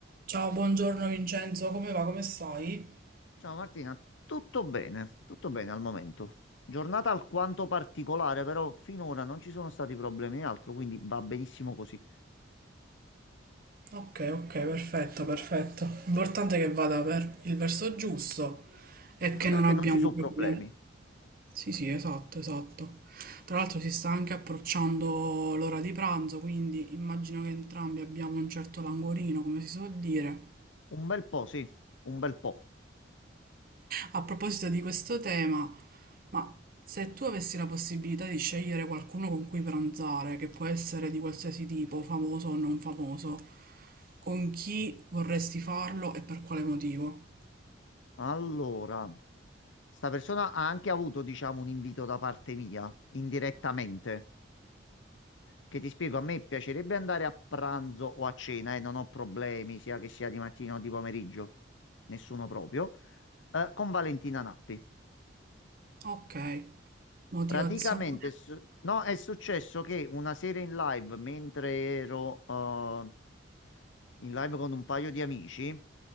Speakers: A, on the right; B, on the left.
A: Ciao, buongiorno Vincenzo, come va? Come stai?
B: Ciao Martina, tutto bene, tutto bene al momento. Giornata alquanto particolare, però finora non ci sono stati problemi e altro, quindi va benissimo così.
A: Ok, ok, perfetto, perfetto. L'importante è che vada per il verso giusto e
B: L'importante
A: che non
B: è
A: abbiamo
B: che non ci sono
A: problemi.
B: problemi.
A: Sì, sì, esatto, esatto. Tra l'altro si sta anche approcciando l'ora di pranzo, quindi immagino che entrambi abbiamo un certo languorino, come si suol dire.
B: Un bel po', sì, un bel po'.
A: A proposito di questo tema, ma se tu avessi la possibilità di scegliere qualcuno con cui pranzare, che può essere di qualsiasi tipo, famoso o non famoso, Con chi vorresti farlo e per quale motivo?
B: Allora, sta persona ha anche avuto, diciamo, un invito da parte mia, indirettamente, che ti spiego, a me piacerebbe andare a pranzo o a cena e non ho problemi, sia che sia di mattina o di pomeriggio, nessuno proprio, eh, con Valentina Nappi.
A: Ok, motivazione.
B: Praticamente, su- no, è successo che una sera in live, mentre ero eh, in live con un paio di amici,